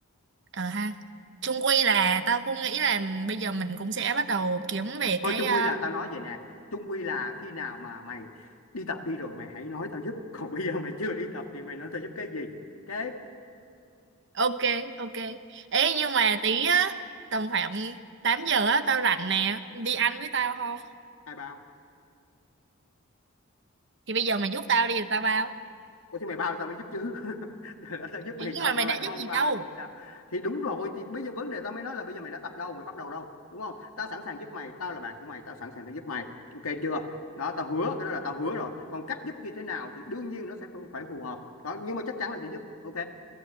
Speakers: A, on the right; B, on the left.
A: ờ ha chung quy là tao cũng nghĩ là bây giờ mình cũng sẽ bắt đầu kiếm về
B: thôi
A: cái
B: chung
A: à,
B: quy là tao nói vậy nè chung quy là khi nào mà mày đi tập đi rồi mày hãy nói tao giúp còn bây giờ mày chưa đi tập thì mày nói tao giúp cái gì kế
A: ok ok ấy nhưng mà tí á tầm khoảng 8 giờ á tao rảnh nè đi ăn với tao không
B: ai bao
A: thì bây giờ mày giúp tao đi rồi tao bao
B: Ủa thì mày bao tao mới giúp chứ <laughs> Để lỡ tao giúp
A: Thì
B: mày
A: nhưng
B: xong
A: mà mày
B: rồi
A: đã
B: mày cũng
A: giúp
B: không
A: gì
B: bao
A: đâu
B: luôn sao Thì đúng rồi thì bây giờ vấn đề tao mới nói là bây giờ mày đã tập đâu Mày bắt đầu đâu đúng không Tao sẵn sàng giúp mày Tao là bạn của mày Tao sẵn sàng tao giúp mày Ok chưa Đó tao hứa cái đó là tao hứa rồi Còn cách giúp như thế nào thì đương nhiên nó sẽ phải phải phù hợp đó, Nhưng mà chắc chắn là sẽ giúp Ok